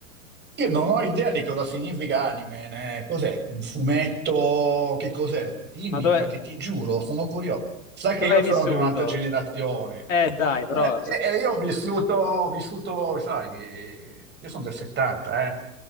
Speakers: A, on the right; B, on the left.
A: io non ho idea di cosa significa anime, né? Cos'è? Un fumetto? Che cos'è? Dimmi,
B: ma dove,
A: perché ti giuro, sono curioso. Sai
B: dove
A: che io
B: hai
A: sono
B: vissuto?
A: di un'altra generazione.
B: Eh dai, però
A: No, eh,
B: s-
A: eh, io ho vissuto, ho vissuto, sai, eh, io sono del 70, eh.